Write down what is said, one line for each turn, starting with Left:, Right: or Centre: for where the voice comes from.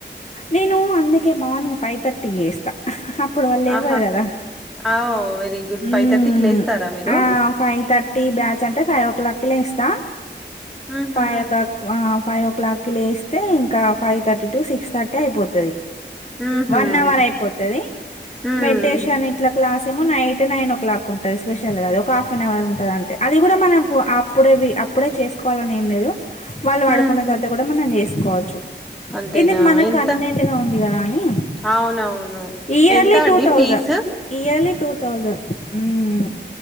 Left: నేను అందుకే మార్నింగ్ ఫైవ్ థర్టీకి జేస్తా అప్పుడు వాళ్ళు లెవ్వరు
Centre: ఆహా
Left: కదా
Centre: ఆ ఓ వెరీ గుడ్
Left: హ్మ్
Centre: ఫైవ్ థర్టీకి లేస్తారా మీరు
Left: ఆ ఫైవ్ థర్టీ బ్యాచ్ అంటే ఫైవ్ ఓ క్లాక్ కి లేస్త చ
Centre: ఉహూ
Left: ఫైవ్ కా ఆ ఫైవ్ ఓ క్లాక్కి లేస్తే ఇంకా five thirty to six thirty అయిపోతది
Centre: ఉహూ
Left: వన్ అవర్ అయిపోతది.
Centre: ఉమ్
Left: మెడిటేషన్ ఇట్లా క్లాసేమో నైట్ నైన్ ఓ క్లాక్ ఉం ఉంటది స్పెషల్గాది ఒక హాఫ్ అన్ అవర్ ఉంటది అంటే అది కూడా మనం అప్పుడది అప్పుడే చేసుకోవాలని ఏం లేదు వాళ్ళు పడుకున్న
Centre: ఉహూ
Left: తర్వాత కూడా మనం చేసుకోవచ్చు చ్చు
Centre: అంతేనా
Left: ఇది మనకు
Centre: ఎంత
Left: కన్వీనియెంట్ గా ఉంది కదా అని
Centre: అవునవును
Left: ఇయర్లీ
Centre: ఎంత అండి
Left: టూ thousand
Centre: fee
Left: yearly two thousand హ్మ్